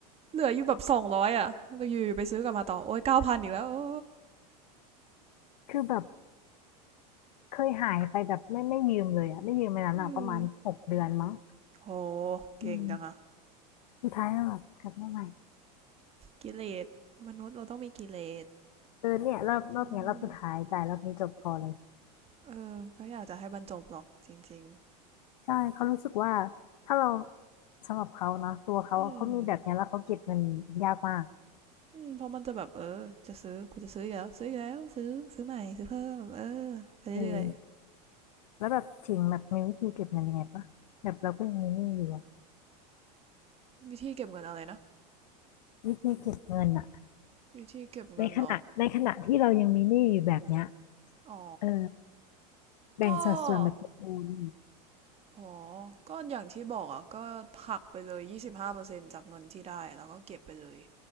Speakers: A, on the right; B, on the left.
A: เหลืออยู่แบบสองร้อยอ่ะเราอยู่อยู่ไปซื้อกลับมาต่อโอ้ยเก้าพันอีกแล้วโอ้
B: คือแบบเคยหายไปแบบไม่ไม่ยืมเลยอะไม่ยืมไปนั้นอะประมาณหกเดือนมั้ง
A: อืมโหเก่งจังอ่ะ
B: อืมสุดท้ายก็แบบกลับมาใหม่
A: กิเลสมนุษย์เราต้องมีกิเลส
B: เออเนี่ยรอบรอบเนี้ยรอบสุดท้ายจ่ายรอบนี้จบพอเลย
A: อืมเออก็อยากจะให้บรรจบหรอกจริง
B: ใช่เขารู้สึกว่าถ้าเราสำหรับเขานะตัวเขาอะเขามีแบบเนี้ยแล้วเขาเก็บเงินยากมาก
A: ๆอืมอืมเพราะมันจะแบบเออจะซื้อกูจะซื้ออีกแล้วซื้ออีกแล้วซื้อซื้อใหม่ซื้อเพิ่มเออไปเรื่อย
B: เออ แล้วแบบถิงแบบมีวิธีเก็บเงินยังไงปะแบบเราก็ยังมีหนี้อยู่อะ
A: ๆวิธีเก็บเงินอะไรนะ
B: วิธีเก็บเงินอะ
A: วิธีเก็บเงินเหรอ
B: ในขณะในขณะที่เรายังมีหนี้อยู่แบบเนี้ย
A: อ๋อ
B: เออแบ่งสัดส่วนแบบเอม
A: ก็ อ๋อก็อย่างที่บอกอ่ะก็หักไปเลยยี่สิบห้าเปอร์เซ็นต์จากเงินที่ได้แล้วก็เก็บไปเลย